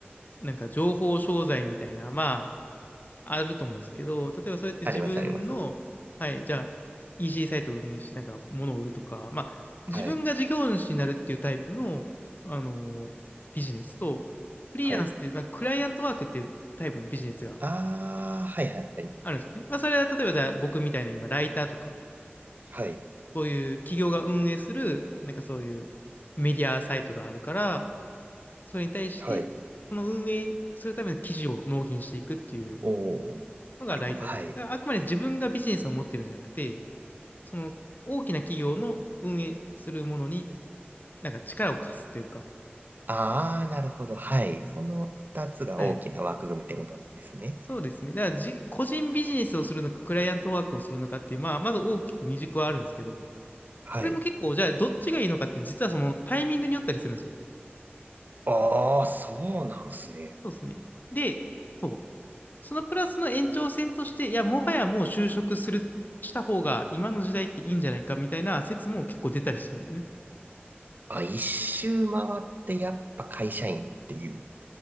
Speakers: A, on the left; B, on the right.
A: なんか情報商材みたいな、まあ、あると思うんですけど、例えばそうやって自分の、
B: あります、あります。
A: はい、じゃあ EC サイトを運営して、なんか物を売るとか、まあ、自分が事業主になるっていうタイプの、
B: はい、
A: あのビジネスと、フリーランスっていう、
B: はい。
A: まあ、クライアントワークっていうタイプのビジネスが
B: ああ、はい、はい、はい。
A: あるんですよね。まあ、それは例えばじゃあ僕みたいな今、ライターとか、
B: はい。
A: そういう企業が運営する、なんかそういうメディアサイトがあるから、それに対して、
B: はい。
A: その運営するための記事を納品していくっていう
B: おー。
A: のがライターズ。
B: なるほど。はい。
A: だからあくまで自分がビジネスを持ってるんじゃなくて、その大きな企業の運営するものになんか力を貸すというか、
B: ああ、なるほど。はい。その二つが大きな枠組みってことなんですね。
A: はい。そうですね。だからじ、個人ビジネスをするのか、クライアントワークをするのかっていう、まあ、まず大きく二軸はあるんですけど、
B: はい。
A: これも結構、じゃあ、どっちがいいのかって、実はそのタイミングによったりするんですよ。
B: ああ、そうなんですね。
A: そうですね。で、そう。そのプラスの延長線として、いや、もはやもう就職する、した方が今の時代っていいんじゃないかみたいな説も結構出たりしてるんですよね。
B: あ、一周回ってやっぱ会社員っていう。